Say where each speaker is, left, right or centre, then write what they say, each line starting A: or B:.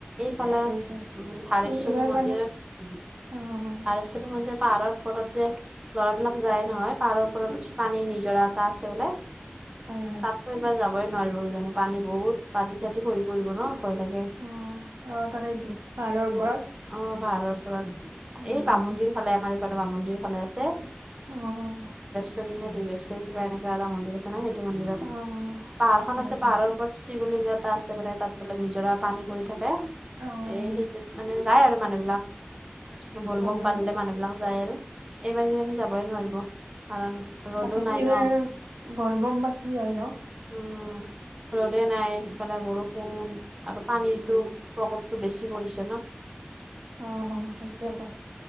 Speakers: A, on the right; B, on the right.
A: এইফালে
B: তাকেইতো
A: উ থাৰেশ্বৰী
B: এই এইবাৰ
A: মন্দিৰৰ
B: মানে অ'।
A: আৰশ্বনী মন্দিৰ পাহাৰৰ ওপৰত যে ল'ৰাবিলাক যায় নহয় পাহাৰৰ ওপৰত উঠি পানী নিজৰা এটা আছে বোলে।
B: হয় হয়
A: তাততো এইবাৰ যাওঁ বই নোৱাৰিব কিজানি পানী বহুত পাতি চাতি শহি পৰিব ন' ভয় লাগে।
B: অ অ তাকেইতো পাহাৰৰ ওপৰত
A: অ', পাহাৰৰ উপৰত
B: উম
A: এই বামন্দিৰ ফালে আমাৰ ইফাল বাম মন্দিৰ ফালে আছে।
B: অ'।
A: <unintelligible> কিবা এনেকুৱা এটা মন্দিৰ আছে ন' সেইটো মন্দিৰত।
B: অ',
A: পাহাৰ খন
B: হয়,
A: আছে
B: হয়,
A: পাহাৰৰওপৰত শিৱলিংগ এটা আছে মানে তাত বোলে নিজৰা পানী পৰি থাকে
B: অ',
A: এই সেইটোত মানে যায় আৰু মানুহবিলাক। বল
B: হয়,
A: বম
B: হয়,
A: পালে মানুহবিলাক যায় আৰু এইবাৰ কেইজানী যাবই নোৱাৰিব কাৰণ ৰ'দো
B: তাকে
A: নাই
B: এইবাৰ
A: ন
B: বল বম বা কি হয় ন'।
A: উম, ৰ'দে নাই ইফালে বৰষুণ আৰু পানীতটো
B: উম।
A: প্ৰকো তো বেছি কৰিছে।
B: অ', অ', সেইটোৱেইতো